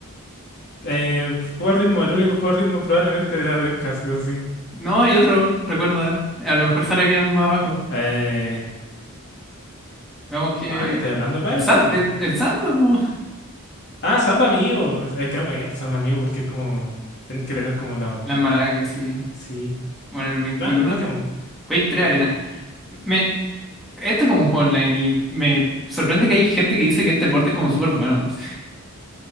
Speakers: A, on the left (about 50°); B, in the centre.
A: Eh, juego de ritmo, el único juego de ritmo probablemente de la Dreamcast, eso sí.
B: No, hay otro, recuerda. A lo mejor sale aquí más abajo.
A: Eh,
B: Veamos que...
A: ¿Cuál? Estoy hablando, pero
B: El Sam,
A: es como.
B: el, el Samba, po.
A: Ah, Samba Amigo. Es es que no cuenta Samba Amigo porque es como. Tenés que tener como la.
B: Las maracas, sí.
A: Sí.
B: Bueno, el veintiuno
A: Ah, es como.
B: Quake 3 Arena. Me, Este es como un juego online y me sorprende que hay gente que dice que este deporte es como súper bueno. <laughs>